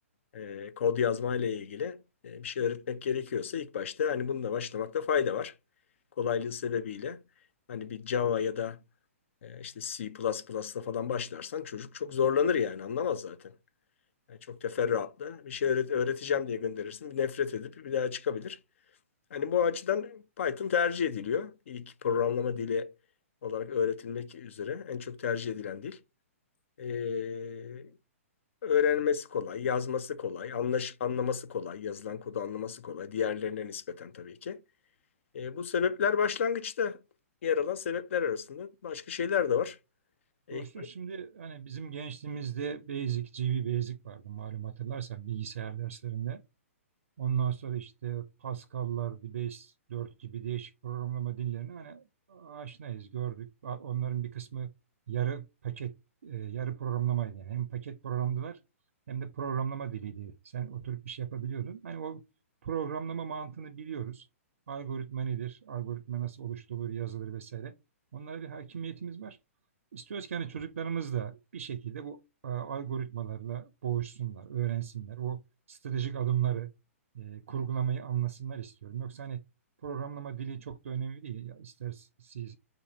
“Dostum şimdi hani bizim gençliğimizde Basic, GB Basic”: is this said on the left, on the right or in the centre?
Right